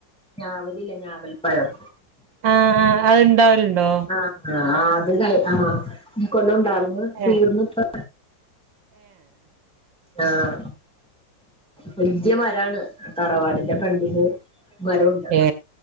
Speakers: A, in the centre; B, on the right (about 85°).
A: ഞാവൽ ഇല്ലേ ഞാവൽപ്പഴം
B: ആ ആ അത്ണ്ടാവലുണ്ടോ
A: ആഹ ആ അത് ആഹ് ഈ കൊല്ലം ഉണ്ടാർന്ന്
B: ഏ
A: തീർന്ന്‌ ഇപ്പൊ ആഹ വലിയ മരമാണ് തറവാടിന്റെ ഫ്രണ്ടില് മരൊണ്ട്
B: ഏ